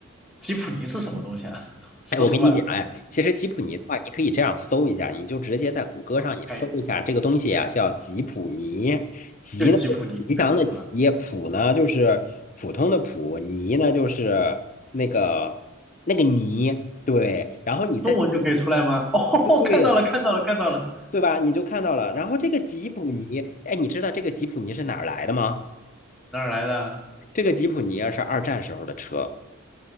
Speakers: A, in the centre; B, on the left.
A: 吉普尼是什么东西啊？<laughs> 说实话，
B: 哎，我跟你讲，
A: 啊，
B: 哎，其实吉普尼的话，你可以这样搜一下，你就直接在谷歌上你搜一下这个东西啊，
A: 我看一下，
B: 叫吉普尼。吉呢就是吉祥的吉，
A: 就吉普尼，看你知道吧？
B: 普呢就是普通的普，尼呢就是那个那个泥，对。然后你再
A: 中文就可以出来吗？哦，
B: 对
A: <laughs> 看到了，看到了，看到了，
B: 对吧，你就看到了。然后这个吉普尼，哎，你知道这个吉普尼是哪儿来的吗？
A: <laughs> 哪儿来的啊
B: 这个吉普尼啊是二战时候的车。